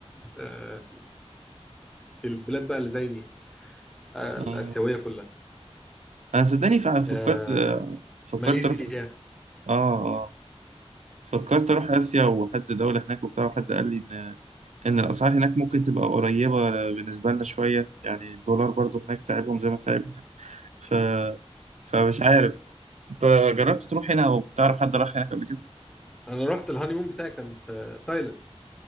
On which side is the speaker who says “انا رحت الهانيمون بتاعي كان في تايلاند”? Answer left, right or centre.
Centre